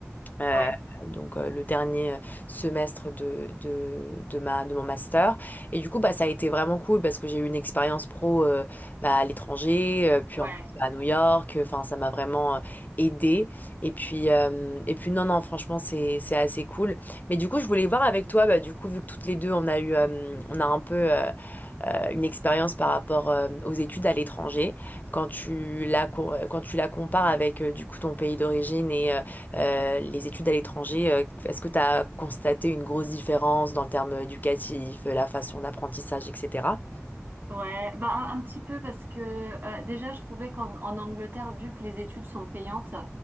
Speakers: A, on the left; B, on the right.
A: euh,
B: Ouais,
A: donc euh, le dernier euh, semestre de, de, de ma, de mon master. Et du coup, bah, ça a été vraiment cool parce que j'ai eu une expérience pro euh, bah, à l'étranger, euh, puis
B: ouais.
A: en plus bah, à New York. Enfin, ça m'a vraiment aidé. Et puis, euh, et puis non, non, franchement, c'est, c'est assez cool. Mais du coup, je voulais voir avec toi, bah, du coup, vu que toutes les deux, on a eu, euh, on a un peu... euh, une expérience par rapport euh, aux études à l'étranger, quand tu la, co- euh, quand tu la compares avec euh, du coup ton pays d'origine et euh, euh, les études à l'étranger, euh, est-ce que tu as constaté une grosse différence dans le terme éducatif, euh, la façon d'apprentissage, etc.?
B: Ouais, bah un, un petit peu parce que euh, déjà je trouvais qu'en en Angleterre, vu que les études sont payantes,